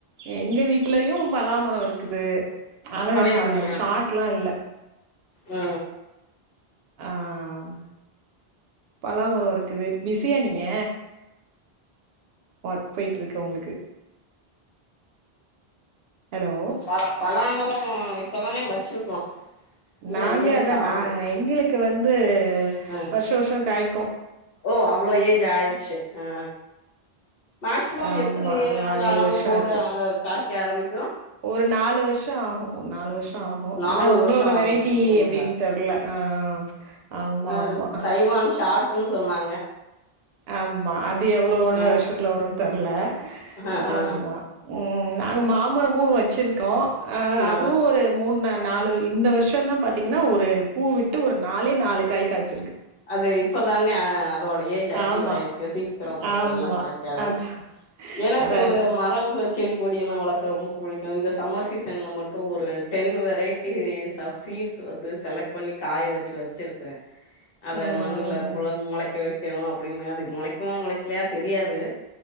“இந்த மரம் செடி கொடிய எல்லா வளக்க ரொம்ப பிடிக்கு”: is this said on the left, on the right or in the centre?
Left